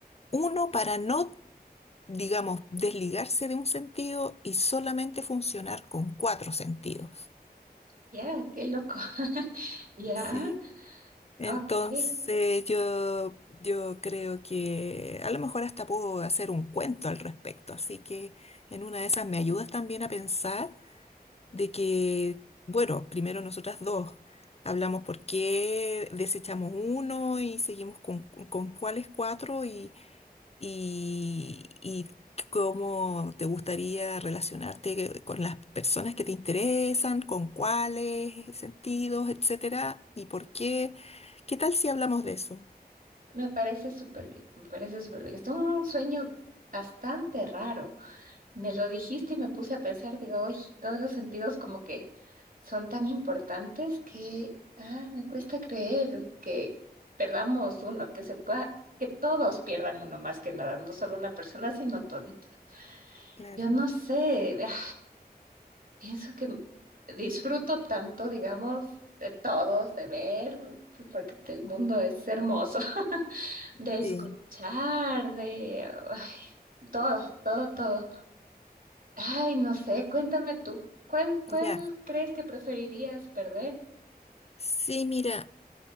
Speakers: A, on the left; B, on the right.
A: uno para no, digamos, desligarse de un sentido y solamente funcionar con cuatro sentidos.
B: Ya, qué loco. <laughs> Ya,
A: Sí, entonces
B: ok.
A: yo, yo creo que a lo mejor hasta puedo hacer un cuento al respecto, así que en una de esas me ayudas también a pensar de que, bueno, primero nosotras dos hablamos por qué desechamos uno y seguimos con, con cuáles cuatro y, y, y cómo te gustaría relacionarte con las personas que te interesan, con cuáles sentidos, etcétera, y por qué. ¿Qué tal si hablamos de eso?
B: Me parece súper bien, me parece súper bien. Es un sueño bastante raro. Me lo dijiste y me puse a pensar, digo, hoy todos los sentidos como que son tan importantes que, ah, me cuesta creer que perdamos uno, que se pueda, que todos pierdan uno más que nada, no solo una persona, sino toditos.
A: Claro.
B: Yo no sé, ah, pienso que disfruto tanto, digamos, de todos, de ver, porque el mundo es hermoso, <laughs> de
A: Sí.
B: escuchar, de ay, todo, todo, todo. Ay, no sé, cuéntame tú, ¿cuál, cuál
A: Ya.
B: crees que preferirías perder?
A: Sí, mira,